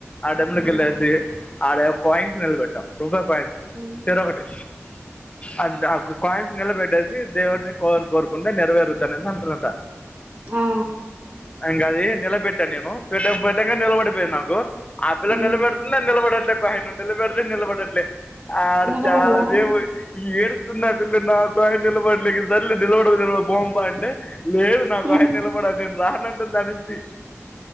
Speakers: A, on the left (about 25°); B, on the right (about 40°).
A: ఆ టెంపుల్
B: హ్మ్
A: కి వెళ్ళేసి ఆడేమో కాయిన్స్ నిలబెట్టాం రూపాయ పాయింట్స్
B: హ్మ్
A: చెరోకటి అ ఆ కాయిన్స్ నిలబెట్టేసి దేవుడిని కోరు కోరుకుంటే నెరవేరుద్ అనేసి అంటారంట
B: ఆ
A: ఇంకాది నిలబెట్టాను నేను పెట్ట పెట్టక నిలబడిపోయాను నాకు ఆపిల్ల
B: హ్మ్
A: నిలబెడుతుంది అని నిలబడట్లే కాయిన్ నిలబెడుతుంది నిలబడట్లే ఆడు
B: నిలబడలా?
A: చాలా సేపు ఈ ఏరుస్తున్న పిల్ల నాకాయన్ నిలబడలే సర్లే నిలబడలే నిలబడా పొంప అంటే లేదు నాకాయన
B: హ్మ్
A: నిలబడాలి నేను రానంటుంది దనించి